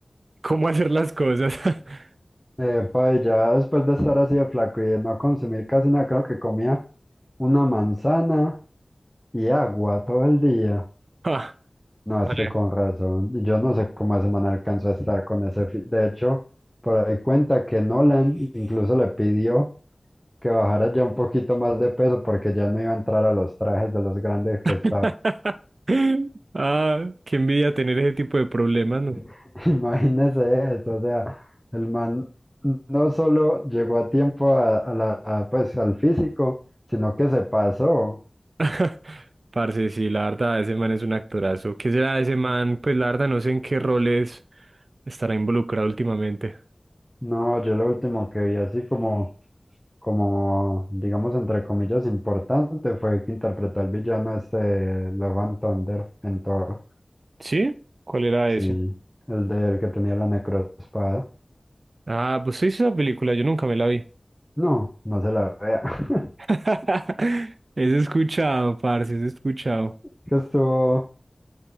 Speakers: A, on the right; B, in the centre.
A: cómo hacer las cosas. <laughs>
B: Epa, y ya después de estar así de flaco y de no consumir casi nada, creo que comía una manzana y agua todo el día.
A: Ah,
B: No, es
A: vale.
B: que con razón. Y Yo no sé cómo esa man alcanzó a estar con ese fit. De hecho, por ahí cuenta que Nolan incluso le pidió que bajara ya un poquito más de peso porque ya no iba a entrar a los trajes de los grandes que
A: <laughs>
B: estaba.
A: Ah, qué envidia tener ese tipo de problemas, ¿no?
B: <laughs> Imagínese esto, o sea, el man no solo llegó a tiempo a, a la, a, pues, al físico, sino que se pasó.
A: <laughs> Parce, sí, la verdad, ese man es un actorazo. ¿Qué será de ese man? Pues la verdad, no sé en qué roles estará involucrado últimamente.
B: No, yo lo último que vi así como, como, digamos, entre comillas, importante fue que interpretó al villano este Love and Thunder en Thor,
A: ¿Sí? ¿Cuál era
B: sí,
A: ese?
B: el del que tenía la necroespada.
A: Ah, pues sí, esa película, yo nunca me la vi.
B: No, no se la vea. <laughs>
A: <laughs> Es escuchado, parce, es escuchado.
B: Que estuvo,